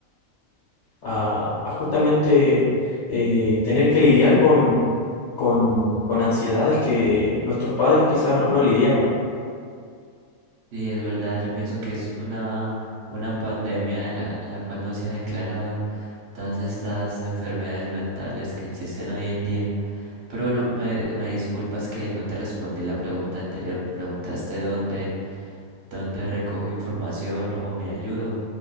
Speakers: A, on the left; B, on the right.
A: a, a justamente eh, tener que lidiar con, con, con ansiedades que nuestros padres quizá no, no lidiaban.
B: Y es verdad, yo pienso que es una, una pandemia de la, la cual no se ha declarado todas estas enfermedades mentales que existen hoy en día. Pero bueno, me, me disculpas que no te respondí la pregunta anterior. Me preguntaste dónde, dónde recojo información o me ayudo.